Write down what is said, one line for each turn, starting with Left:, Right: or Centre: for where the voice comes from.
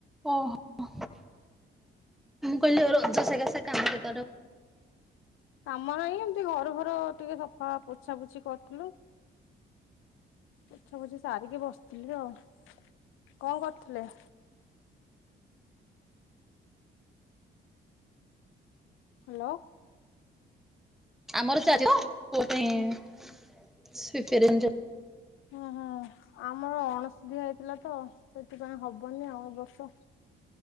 Centre: ଓହୋ ମୁଁ କହିଲି ଏ ରଜ ସକେସେ କାମ କେତେବାଟ
Left: କାମ ନାହିଁ ଏମିତି ଘର ଫର ଟିକେ ସଫା ପୋଛା ପୋଛି କରିଥିଲୁ। ପୋଛା ପୋଛି ସାରିକି ବସିଥିଲି ଆଉ କଣ କରୁଥିଲେ। ହାଲୋ
Centre: ଆମର ଚାରିଟି ପୁଅ ପାଇଁ <inaudible>
Left: ହୁଁ ହୁଁ ଆମର ଅଣଷୁଧିଆ ହେଇଥିଲା ତ ସେଥିପାଇଁ ହବନି ଆଉ ଏ ବର୍ଷ